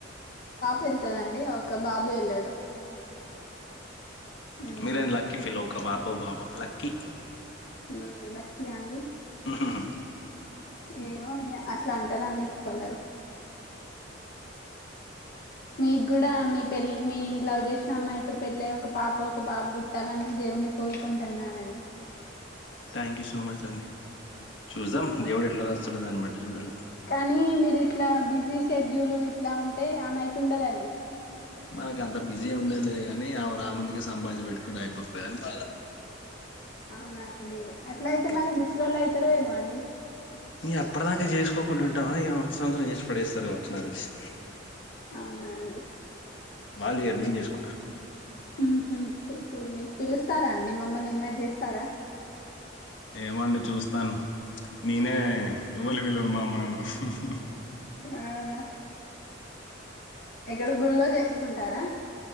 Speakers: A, on the left; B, on the left.
A: వెళ్తుదండి ఒక బాబు వెళ్ళాడు హ్మ్
B: మీరే ఇలక్కి ఫీల్ కబపు పో బాబా లక్కీ
A: ఉమ్ లక్కీ అండి
B: వుహుహు
A: ఏమో ఈగ అట్లా అంటారండి కొందరు మీకు కూడా మీ పెల్ మీ లవ్ చేసిన అమ్మాయితో పెళ్ళయ ఒక పాప ఒక బాబు పుట్టాలని దేవుని కోరుకుంటున్నానండి.
B: థ్యాంక్ యూ సో మచ్ అండి చూద్దాం
A: ఆ,
B: దేవుడు ఎట్లా రాస్తాడు దాన్ని బట్టి అ జుడలు
A: కానీ మీరు ఇట్లా బిజీ షెడ్యూల్ ఇట్లా ఉంటే ఆమె అయితుండదండి.
B: మనకి అంత బిజీ ఎ ఉండేలేదు కాని ఆమే రా ముందుకి సంపాదించి పెట్టుకుంటే అయిపోతుంది అని బాధ
A: అవునండి అట్ల అయితే
B: అట్లా
A: మరి ముస్లిలు అయి తరేమో అండి.
B: ఇం ఆప్పటిదాక చేసుకోకుండా ఉంటాం ఇక వచ్చిన సంవత్సరం చేసి పడేస్తారు కవచ్చి నక్ తెలిసి
A: అవునాండి
B: వాలే ఎర్నింగ్ చేసుకుంటారూ
A: ఉహు చేసుకోండి పిలుస్తారా అండి మమ్మల్ని ఇన్వైట్ చేస్తారా
B: ఏమండి చూస్తాను నేనే
A: చూస్
B: ఎవలీని పిలవను మా అమనన్నను హ
A: అవునా ఎక్కడ గుల్లో చేసుకుంటారా